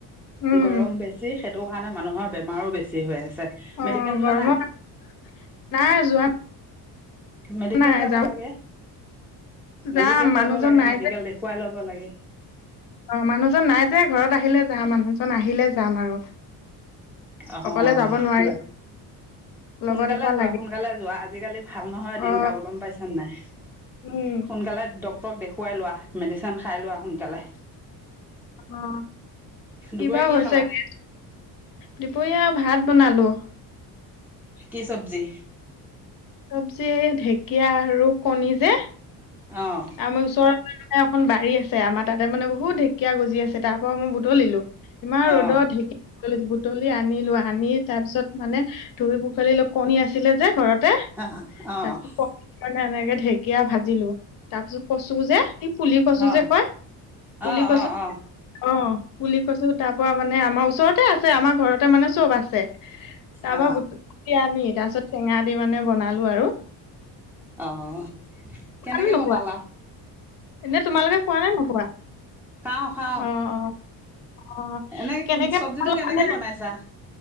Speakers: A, on the left (about 60°); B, in the centre.
A: উম
B: গৰম বেছি সেইটো কাৰণে মানুহৰ বেমাৰো বেছি হৈ আছে
A: অ
B: মেডিকেল যোৱা
A: গৰমৰ
B: নাই
A: কাৰণে নাই যোৱা
B: মেডিকেল
A: নাই
B: যাব
A: যাম
B: লাগে,
A: যাম
B: মেডিকেল
A: মানুহজন
B: যাব লাগে
A: নাই
B: মেডিকেল
A: যে
B: দেখুৱাই ল। দিব লাগে।
A: অ মানুহজন নাই যে ঘৰত আহিলে যাম মানুহজন আহিলে যাম আৰু।
B: আহ
A: অকলে যাব নোৱাৰি
B: গ
A: লগত
B: সোনকালে
A: এটা
B: যোৱা
A: লাগে
B: সোনকালে যোৱা আজিকালি ভাল নহয় দিন
A: অ
B: কাল গম পাইছানে নাই?
A: উম
B: সোনকালে ডক্তৰক দেখুৱাই লোৱা, মেডিচিন খাই লোৱা সোনকালে।
A: অ কিবা
B: দুপৰীয়া কি
A: হৈছে
B: খালা?
A: গে দুপৰীয়া ভাত বনালো।
B: কি চব্জি?
A: চব্জি ঢেকীয়া আৰু কণী যে
B: অ'
A: আমাৰ ওচৰত এখন বাৰী আছে আমাৰ তাতে মানে বহুত ঢেকীয়া গজি আছে তাৰ পৰাও মই বুটলিলো। ইমান
B: অ'
A: ৰ'দত ঢেঁকী বুটলি বুটলি আনিলো আনি তাৰপিছত মানে ধুই পুখালি অ কণী আছিলে যে ঘৰতে,
B: অ' অ'
A: তাছত ক কাৰে এনেকে ঢেকীয়া ভাজিলো তাৰপিছত কচু যে সেই পুলি কচু
B: অ'
A: যে কয়,
B: অ
A: পুলি কচু
B: অ অ
A: অ। পুলি কচু তাৰ পৰা মানে আমাৰ ওচৰতে আছে আমাৰ ঘৰতে মানে চব আছে। তাৰ
B: অ
A: পৰা বুটলি আনি তাৰ পিছত টেঙা দি মানে বনালো আৰু।
B: আহ কেনেকে
A: খোৱা নে নোখোৱা?
B: বনালা?
A: এনে তোমালোকে খোৱা নে নোখোৱা?
B: খাওঁ খাওঁ
A: অ', অ', অ',
B: এনে
A: কেনেকে
B: চব্জিটো
A: বনালো
B: কেনেকে
A: মানে
B: বনাইছা